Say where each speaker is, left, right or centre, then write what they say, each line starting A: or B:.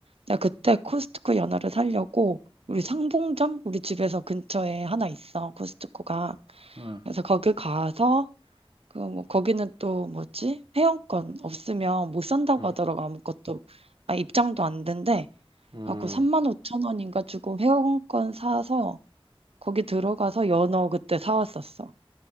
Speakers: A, on the right; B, on the right.
A: 내가 그때 코스트코 연어를 사려고 우리 상봉점 우리 집에서 근처에 하나 있어. 코스트코가.
B: 음,
A: 그래서 거기 가서 그 뭐 거기는 또 뭐지? 회원권 없으면 못 산다고
B: 음.
A: 하더라고 아무것도 아 입장도 안 된대.
B: 음.
A: 하고 3만 5천 원인가 주고 회원권 사서 거기 들어가서 연어 그때 사왔었어.